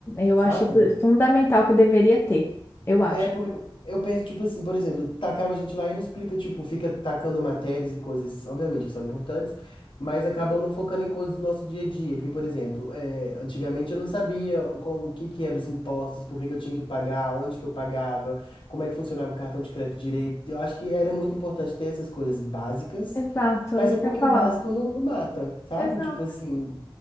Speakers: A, on the left; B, on the left.
A: Eu
B: sabe?
A: acho isso fundamental que deveria ter. Eu acho.
B: É porque eu eu penso, tipo assim, por exemplo, tacava a gente lá e não explica, tipo, fica tacando matérias e coisas, obviamente, que são importantes, mas acabam não focando em coisas do nosso dia a dia. Porque, por exemplo, é, antigamente eu não sabia como, o que que eram os impostos, por que que eu tinha que pagar, onde que eu pagava, como é que funcionava o cartão de crédito direito. Eu acho que era muito importante ter essas coisas básicas
A: Exato,
B: mas
A: isso
B: é porque
A: que eu ia falar.
B: o básico não, não mata, sabe?
A: Exato.
B: Tipo assim,